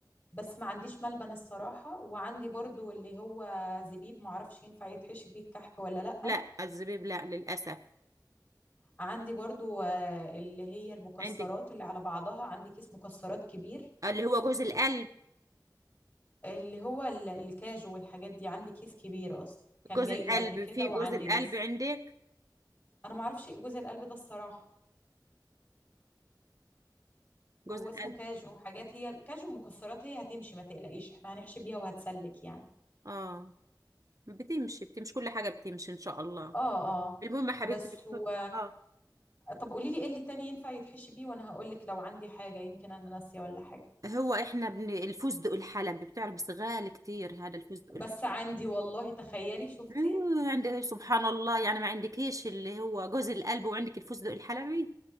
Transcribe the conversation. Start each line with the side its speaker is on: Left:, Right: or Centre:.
Left: بس ما عنديش ملبن الصراحة وعندي برضو اللي هو زبيب معرفش ينفع يتحشي بيه الكحك ولا لأ
Right: لا الزبيب لا للأسف
Left: عندي برضو آه، اللي هي المكسرات
Right: عندك
Left: اللي على بعضها عندي كيس مكسرات كبير
Right: اللي هو جوز القلب
Left: اللي هو ال- الكاجو والحاجات دي عندي كيس كبير اصلا كان
Right: جوز
Left: جاي
Right: القلب
Left: لي قبل كده
Right: في
Left: وعندي
Right: جوز القلب
Left: لسه
Right: عندك
Left: انا ما اعرفش ايه جوز القلب ده الصراحة
Right: جوز
Left: هو
Right: القلب
Left: اسمه كاجو حاجات هي كاجو ومكسرات هي هتمشي ما تقلقيش احنا هنحشي بيها وهتسلك يعني
Right: اه بتمشي بتمشي كل حاجة بتمشي ان شاء الله
Left: اه اه
Right: المهم يا حبيبتي
Left: بس
Right: بتحط
Left: هو
Right: اه
Left: طب قولي لي ايه اللي تاني ينفع يتحشي بيه وانا هقول لك لو عندي حاجة يمكن انا ناسية ولا حاجة
Right: هو احنا بن... الفستق الحلبي بتعرف بس غالي كتير هذا الفستق الحلبي
Left: بس عندي والله تخيلي شفتي
Right: آه، عندك إيه، سبحان الله يعني ما عندكيش اللي هو جوز القلب وعندك الفستق الحلبي